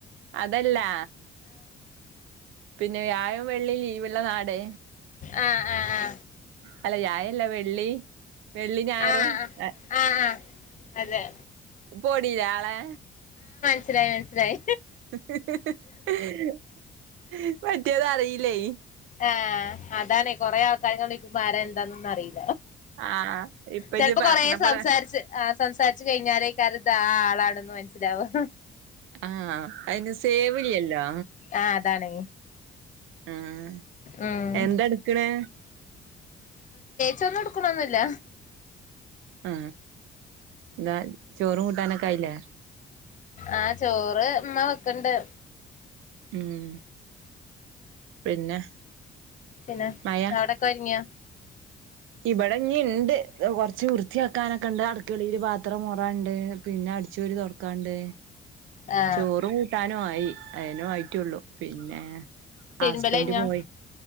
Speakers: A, on the right; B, on the left.
A: അതല്ലാ പിന്നെ വ്യാഴം വെള്ളി ലീവുള്ള നാട്
B: ആ ആ ആ
A: അല്ല യായം ല്ല വെള്ളി വെള്ളി ഞായറും
B: ആഹ്
A: എ
B: ആഹ് ആഹ് അതെ
A: ഇപ്പ ഓടിലെ ആളെ
B: മസിലായി മനസിലായി
A: <unintelligible> മറ്റേദ് അറീലെ
B: ആ അത് അതാനെ കുറേ ആൾക്കായതോണ്ട് കുമാരെ എന്താന്ന് ഒന്ന് അറിയി
A: ആഹ് ഇപ്പൊ
B: ചിലപ്പോ
A: ഇജ്ജ് പറഞ്ഞപ്പളാ
B: കൊറെ സംസാരിച്ച് ആ സംസാരിച്ച് കഴിഞ്ഞാലേ കരുത ആ ആളാണെന്ന് മനസ്സിലവാ
A: ആ അയിന് സേവ് ഇല്ലല്ലോ
B: ആ അതാണ്
A: ഉം
B: ഉം
A: എന്ത എടുക്കണ്
B: ചെന്നു എടുക്കൊനൊന്നില്ല
A: ആ എന്താ ചോറും കൂട്ടാനൊക്കെ ആയില്ലേ
B: ആ ചോറ് ഉമ്മ വെക്ണ്ട്
A: ഉം പിന്നെ
B: പിന്നെ
A: മയ
B: അവിടൊക്കെ ഒരുങ്ങിയ
A: ഇവിടെ ഇണ് ഇണ്ട് കൊറച്ച് വൃത്തിയാക്കാനൊക്കെ ക്കണ്ട് അടുക്കളിയില് പാത്രം മോറ പണ്ട് പിന്നെ അടിച്ചുവാരി തുടയ്ക്കാണ്ട്
B: ആ
A: ചോറ് കൂട്ടാനും ആയി അയെന്നെ ആയിട്ടുള്ളു പിന്നെ
B: തിരുമ്പല്
A: ഹസ്ബൻഡ്
B: കഴിഞ്ഞോ
A: പോയി